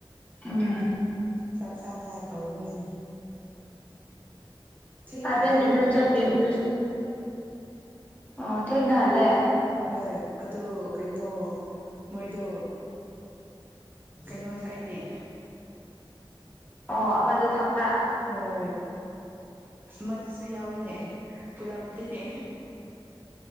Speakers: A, on the left; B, on the right.
A: ꯎꯝ
B: ꯆꯥꯛ ꯆꯥꯅꯤꯉꯥꯏ ꯀꯧꯒꯅꯤ ꯊꯦꯡꯅ
A: ꯇꯗꯦ
B: ꯍꯜꯂꯦ
A: ꯅꯦꯅ
B: ꯑꯗꯨ ꯅꯨꯃꯤꯠꯇꯣ
A: ꯆꯠꯀꯤꯗꯨꯁꯨ ꯑꯣ ꯊꯦꯡꯅꯍꯜꯂꯦ
B: ꯍꯣꯏ ꯑꯗꯣ ꯀꯩꯅꯣ ꯃꯣꯏꯗꯣ ꯀꯩꯅꯣ ꯊꯛꯏꯅꯦ
A: ꯑꯣ ꯑꯃꯗꯨ ꯊꯛꯄ꯭ꯔꯥ
B: ꯍꯣꯏ ꯑꯃꯗꯨꯁꯨ ꯌꯥꯎꯏꯅꯦ ꯄꯨꯂꯞꯗꯤꯅꯦ